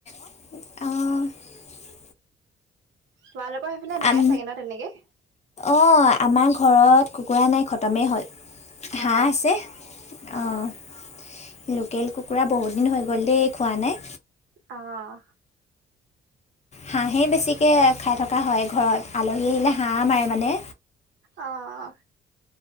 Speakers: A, on the left; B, on the right.
A: অ'।
B: তোমালোকৰ সেইফালে নাই
A: আম
B: চাগে ন তেনেকে?
A: অঁ আমাৰ ঘৰত কুকুৰা নাই, খতমেই হ'ল। হাঁহ
B: অ
A: আছে অ',
B: অ
A: লোকেল কুকুৰা বহুত দিন হৈ গ'ল দেই খোৱা নাই।
B: অ'।
A: হাঁহেই বেছিকৈ খাই থকা হয় ঘৰত, আলহী আহিলে হাঁহ মাৰে মানে।
B: অ'।